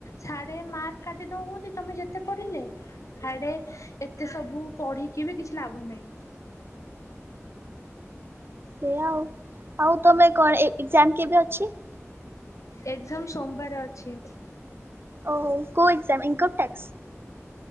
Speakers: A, on the left (about 85°); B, on the right (about 50°).
A: ସାଡେ ମାର୍କ କାଟି ଦଉଛନ୍ତି ତମେ ଯେତେ ପଢିଲେ। ସାଡେ ଏତେ ସବୁ ପଢିକି ବି କିଛି ଲାଭ ନାହିଁ।
B: ସେ ଆଉ ଆଉ ତମେ କଣ ଏକ୍ଜାମ କେବେ ଅଛି?
A: ଏକ୍ଜାମ ସୋମବାର ଅଛି।
B: ଓ ଗୋ ଏକ୍ଜାମ ଇନକମ୍ ଟ୍ୟାକ୍ସ?